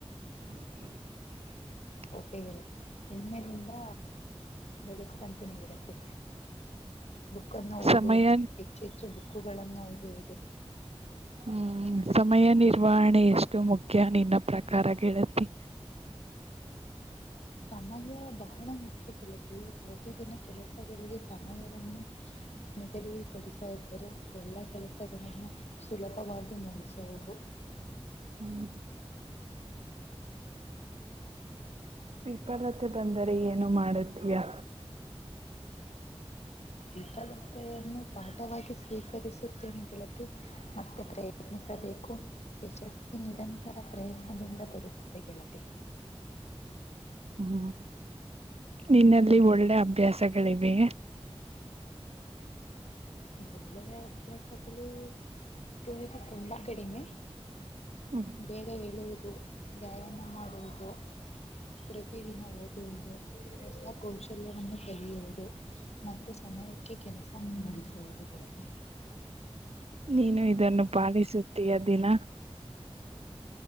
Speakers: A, on the right; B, on the left.
A: <unintelligible>
B: ಓಕೆ ಗೆಳತಿ ಇನ್ಮೇಲಿಂದ ಬೆಳೆಸ್ಕಂತೀನಿ ಗೆಳತಿ. ಬುಕ್ಕನ್ನು ಓದುವುದು
A: ಸಮಯ
B: ಹೆಚ್ಚು ಹೆಚ್ಚು ಬುಕ್ಕುಗಳನ್ನು ಓದುವುದು.
A: ಹ್ಮ್ ಸಮಯ ನಿರ್ವಹಣೆ. ಎಷ್ಟು ಮುಖ್ಯ ನಿನ್ನ ಪ್ರಕಾರ ಗೆಳತಿ.
B: ಸಮಯ ಬಹಳ ಮುಖ್ಯ ಗೆಳತಿ ಪ್ರತಿದಿನ ಕೆಲಸ. ಗಳಿಗೆ ಸಮಯವನ್ನು ನಿಗದಿಪಡಿಸಿದರೆ ಎಲ್ಲ ಕೆಲಸಗಳನ್ನು. ಸುಲಭವಾಗಿ ಮುಗಿಸುವುದು.
A: ಹ್ಮ್ ವಿಫಲತೆ ಬಂದರೆ ಏನು ಮಾಡತೀಯಾ.
B: ವಿಫಲತೆಯನ್ನು ಪಾಠವಾಗಿ ಸ್ವೀಕರಿಸುತ್ತೇನೆ ಗೆಳತಿ ಮತ್ತೆ ಪ್ರಯತ್ನಿಸಿ. ಬೇಕು ಯಶಸ್ವಿ ನಿರಂತರ ಪ್ರಯತ್ನದಿಂದ ಬರುತ್ತದೆ ಗೆಳತಿ.
A: ಹ್ಮ್ ನಿನ್ನಲ್ಲಿ ಒಳ್ಳೆ ಅಭ್ಯಾಸಗಳಿವೆ.
B: ಒಳ್ಳೆಯ ಅಭ್ಯಾಸಗಳು ಇವುದು ತುಂಬಾ ಕಡಿಮೆ.
A: ಹ್ಮ್
B: ಬೇಗ ಹೇಳುವುದು ವ್ಯಾಯಾಮ ಮಾಡುವುದು ಪ್ರತಿದಿನ ಓದ. ಹೊಸ ಕೌಶಲ್ಯವನ್ನು ಕಲಿಯುವುದು ಮತ್ತು ಸಮಯಕ್ಕೆ ಕೆಲಸವನ್ನು ಮು ಮುಗಿಸುವುದು ಗೆಳತಿ.
A: ನೀನು ಇದನ್ನು ಪಾಲಿಸುತ್ತೀಯ ದಿನ.